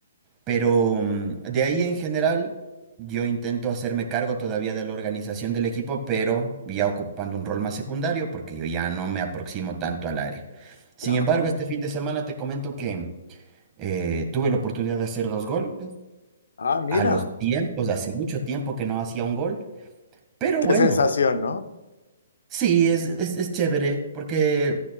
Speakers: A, on the right; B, on the left.
A: Pero mm, de ahí en general, yo intento hacerme cargo todavía de la organización del equipo, pero ya ocupando un rol más secundario porque yo ya no me aproximo tanto al área. Sin
B: claro.
A: embargo, este fin de semana te comento que eh, tuve la oportunidad de hacer dos goles
B: Ah, mira,
A: a los tiempos, hace mucho tiempo que no hacía un gol, pero
B: qué
A: bueno.
B: sensación, ¿no?
A: Sí, es, es, es chévere, porque,